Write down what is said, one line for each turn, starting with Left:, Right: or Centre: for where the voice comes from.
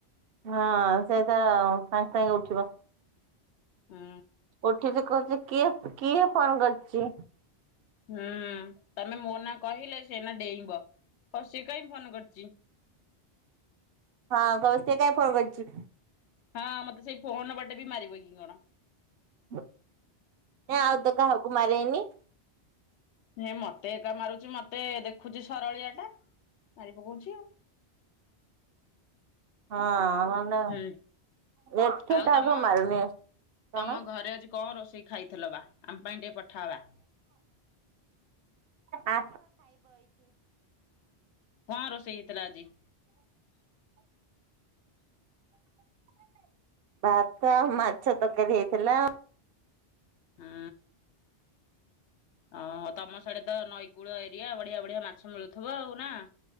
Right: ହଁ ସେ ତ ସାଙ୍ଗେ ସାଙ୍ଗେ ଉଠିବ।
Left: ହୁଁ
Right: ଉଠିକି କହୁଚି କିଏ କିଏ ଫୋନ କରିଚି?
Left: ହୁଁ ତମେ ମୋ ନା କହିଲେ ସେ ଏଇନା ଡେଇଁବ। କ ସିଏ କାଇଁ ଫୋନ କରିଚି?
Right: ହଁ କଉଚି ସିଏ କାଇଁ ଫୋନ୍ କରିଚି?
Left: ହଁ ମତେ ସେଇ ଫୋନ ବାଟେ ବି ମାରିବ କି କଣ।
Right: ନା ଆଉ ତ କାହାକୁ ମାରେଏନି।
Left: ହେଁ ମତେ ଏକା ମାରୁଚି ମତେ ଦେଖୁଛି ସରଳିଆଟା ମାରି ପକଉଚି ଆଉ।
Right: ହଁ ମାନେ
Left: ହୁଁ
Right: ଏଠି
Left: ଆଉ
Right: କାହାକୁ
Left: ତମ
Right: ମାରୁନି। କଣ?
Left: ତମ ଘରେ ଆଜି କଣ ରୋଷେଇ ଖାଇଥିଲ ବା? ଆମ ପାଇଁ ଟିକେ ପଠାବା।
Right: ଆ।
Left: ହଁ ରୋଷେଇ ହେଇଥିଲା ଆଜି। <inaudible>
Right: ଭାତ ଆଉ ମାଛ ତରକାରୀ ହେଇଥିଲା।
Left: ହଁ। ଓ ତମ ସଇଡେ ତ ନଈକୂଳ ଏରିଆ ବଢିଆ ବଢିଆ ମାଛ ମିଳୁଥିବ ଆଉ ନା?